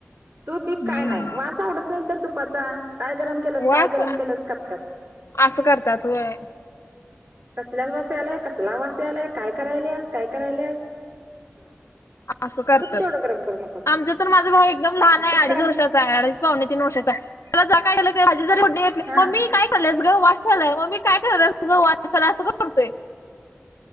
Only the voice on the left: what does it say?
हम्म
व
अस
असं करता तूय.
असं करत
आमचं तर माझ भाऊ एकदम लहान आहे
अडीच
वर्षाचा आहे आणि.. पा तीन वर्षाचाला ज काय माझी जरीली
मग मी का. झाल्यास गं वाचालय मग मी काय करस गं वाचाला असं करतोय.